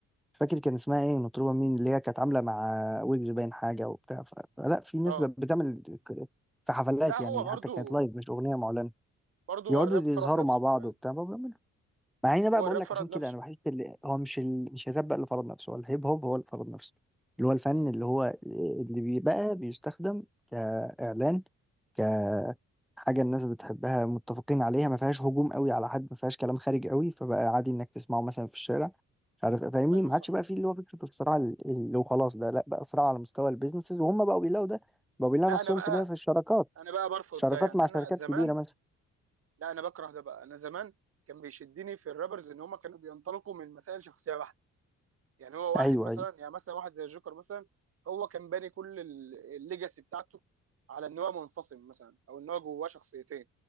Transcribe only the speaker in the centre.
مش فاكر كان اسمها ايه مطربه مين اللي هي كانت عامله مع ويجز باين حاجه وبتاع ف- فلا في ناس
بتعمل في حفلات
يعني
حتى كانت لايف مش اغنيه معلنه
يقعدوا
يظهروا
مع بعض
وبتاع ما بيعملوا مع ان بقى
بقول
لك
عشان كده
انا بحس اللي
هو مش ال... مش الراب بقى اللي فرض نفسه هو الهيب هوب هو اللي فرض نفسه اللي هو الفن
اللي هو اللي بيبقى بيستخدم كاعلان كحاجه الناس بتحبها متفقين عليها ما فيهاش هجوم قوي على حد ما فيهاش كلام خارج قوي فبقى عادي انك تسمعه مثلا في الشارع مش عارف فاهمني
ما
عادش بقى فيه اللي هو فكره الصراع ال- اللي هو خلاص ده لا بقى صراع على مستوى البيزنسز وهم بقوا بيلاقوا ده بقوا بيلاقوا
نفسهم
في ده في الشراكات
شراكات
مع
شركات
كبيره مثلا
ايوه
ايوه